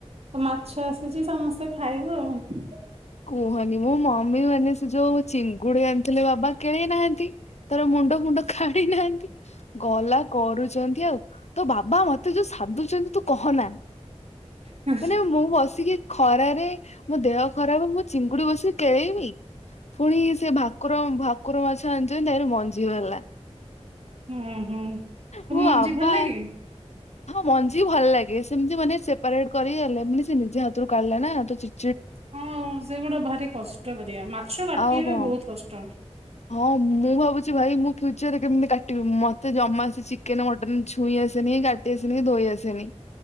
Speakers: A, on the right; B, on the left.
A: ତ ମାଛ ଆସିଛି ସମସ୍ତେ ଖାଇବୁ ଆଉ।
B: କୁହନି ମୋ ମମି ମାନେ ସେ ଯୋଉ ଚିଙ୍ଗୁଡି ଆଣିଥିଲେ ବାବା କେଳେଇ ନାହାନ୍ତି। ତାର ମୁଣ୍ଡ ଫୁଣ୍ଡ କାଢି ନାହାନ୍ତି ଗଲା କରୁଛନ୍ତି ଆଉ। ତୋ ବାବା ମତେ ଯୋଉ ସାଦୁଚନ୍ତି ତୁ କହନା
A: ହୁଁ
B: ମାନେ ମୁଁ ବସିକି ଖରାରେ ମୋ ଦେହ ଖରାପ ମୁଁ ଚିଙ୍ଗୁଡି ବସିକି କେଳେଇମି। ପୁଣି ସେ ଭାକୁର ଭାକୁର ମାଛ ଆଣିଚନ୍ତି ଦେହରେ ମଞ୍ଜିି ବାହାରିଲା।
A: ହୁଁ ହୁଁ
B: ମୋ
A: <inaudible> ମଞ୍ଜି
B: ବାବା
A: ଭଲ ଲାଗେ।
B: ହଁ ମଞ୍ଜିି ଭଲ ଲାଗେ ସେମିତି ମାନେ ସେପାରେଟ୍ କରି ହେଲେବି ସେ ନିଜେ ହାତରୁ କାଢିଲା ନା ତୁ ଚି
A: ହଁ ସେଗୁଡା ଭାରି କଷ୍ଟ କାରିଆ ମାଛ ବାଟିବା
B: ଆଉ କଣ?
A: ବି ବହୁତ୍ କଷ୍ଟ।
B: ହଁ ମୁଁ ଭାବୁଛି ଭାଇ ମୁଁ ଫ୍ୟୁଚରରେ କେମିତି କାଟିବି ମତେ ଜମା ଚିକେନ ମଟନ ଛୁଇଁ ଆସେନି କା ସେ ସିନି ଧୋଇ ଆସେନି।